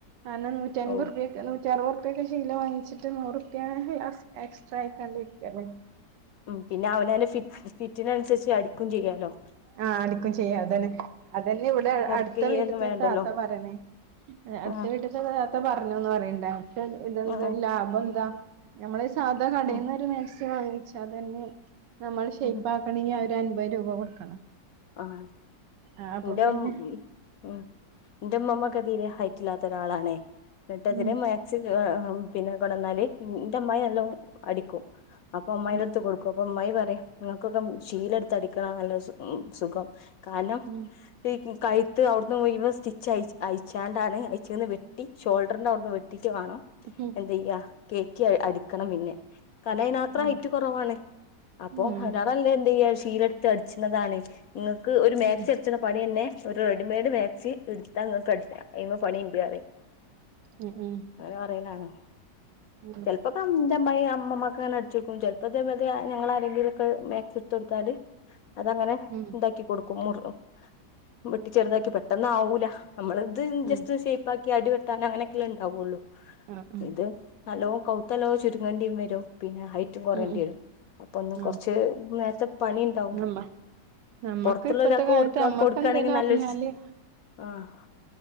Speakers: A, on the right; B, on the left.
A: ആ ഇന്നാ നൂറ്റൻമ്പർപ്പേക്ക്
B: ഓ
A: നൂറ്റർവ് ഉർപ്പേക്ക് ശീല വാങ്ങിച്ചിട്ട് നൂറുപ്പിയ ലാസ് എക്സ്ട്രായിക്കാണ്ട് ഇരിക്കാല്ലെ
B: ഉം പിന്നെ അവനാന്റ ഫിറ്റ് ഫിറ്റിനൻസരിച്ച് അടിക്കും ചെയ്യാല്ലോ.
A: ആ അടിക്കും ചെയ്യാ അതന്നെ, അതന്നെ ഇവിടെ
B: മുറിക്കയൊന്നും
A: അട്ത്ത വീട്ട്ത്ത
B: വേണ്ടല്ലോ
A: ഒര് താത്ത പറണേ ഏഹ് അട്ത്ത
B: ആഹ്
A: വീട്ട്ത്ത താത്ത പറ ഞ്ഞുന്ന് പറയണ്ടേ പക്ഷേ, ഇതെന്താ
B: ആഹ്
A: ലാഭ എന്താ നമ്മള് ഈ സാധാ കടേന്ന്
B: ഉം
A: ഒര് മേക്സി ക്സി വാങ്ങിച്ചാ അതന്നെ നമ്മള് ഷെയിപ്പാക്കണെങ്കി
B: ഉം
A: അവര് അൻപത് രൂപ കൊടുക്കണം.
B: ആഹ്
A: ആഹ് അപ്പൊ
B: ഇന്റെ
A: പിന്നെ
B: ഉം ഉം ഇന്റെ ഇമ്മമ്മക്കെ തീരെ ഹൈറ്റ് ഇല്ലാത്ത ഒരാളാണേ എന്നിട്ട് അതിന്
A: ഉം
B: മാക്സി <unintelligible> പിന്നെകൊണ്ടന്നാല് ഇന്റെ അമ്മായി നല്ലോ അടിക്കും. അപ്പ അമ്മായിന്റട്ത്ത്
A: ഉം
B: കൊടുക്കും. അപ്പ അമ്മായി പറയ് ഇങ്ങക്കൊക്കെ മ് ശീലെട്ത്ത് അടിക്ക്ണ നല്ല സുഖം. കാരണം
A: ഉം
B: ഈ കി കഴുത്ത് അവുട്ന്ന് മുഴുവൻ സ്റ്റിച്ച് അയി അയിച്ചാണ്ടാണ് അയ്ച്ചങ്ങന്ന് വെട്ടി ഷോൾഡറിന്റെ അവ്ട്ന്ന് വെട്ടി റ്റ് വാണം
A: ഉം
B: എന്ത്യ്യാ കേറ്റി അടിക്കണം പിന്നെ കാരണ അയ്നാത്ര
A: ഉം
B: ഹൈറ്റ് കൊറവാണ്. അപ്പൊ
A: ഉം
B: <unintelligible> ലാറെ നല്ലേ എന്ത്യ്യാ ശീലെട്ത്ത് അടിച്ച്ണതാണ്. ഇങ്ങക്ക് ഒരു മേക്സി
A: ഉം
B: അട്ച്ച്ണ പണി തന്നെ ഒരു റെഡിമെയ്ഡ് മേക്സി എട്ത്താ ഇങ്ങക്ക് അടിക്ക. അയ്മ പണി ഇണ്ട്റിയിം
A: ഉം
B: അങ്ങനെ പറയിണാണ്.
A: ഉം
B: ചെൽപ്പക്ക മ് ഇന്റെ അമ്മായി ആഹ് ഇമ്മമ്മാക്ക്ങ്ങനെ അട്ച്ച് കൊട്ക്കും. ചെൽപ്പ ഇതെ മാരി തെ ഞങ്ങള് ആരെങ്കിലൊക്കെ മേക്സി ഇട്ത്ത്ത്തൊട്ത്താല് അതങ്ങനെ
A: ഉം
B: <unintelligible> വെട്ടി ചെറ്താക്കി പെട്ടെന്ന് ആവൂല. നമ്മള് ഇത്
A: ഉം
B: ജസ്റ്റ്‌ ഷെയ്പ്പ് ആ അടി <unintelligible> അങ്ങനെയക്കല്ലേ ഉണ്ടാവുള്ളൂ
A: ആഹ് ഉം
B: ഇത് നലോ കൗത്തലോ ചുരുങ്ങണ്ടി വരും പിന്നെ ഹൈറ്റ് കൊറേണ്ടി
A: ഉം ഉം
B: വരും അപ്പ ഒന്നും
A: ആഹ്
B: കൊറച്ച് നേരത്തെ പണി ഇണ്ടാവും
A: നമ്മ നമ്മക്ക്
B: പുറത്തുള്ള
A: ഇപ്പത്തെ
B: ഒരാക്ക്
A: കാലത്ത്
B: കൊടുക്ക
A: നമ്മക്ക്
B: കൊടുക്കുകയാണെങ്കിൽ
A: എന്തേലും
B: നല്ലൊരു
A: അറിഞ്ഞാല്
B: ആഹ്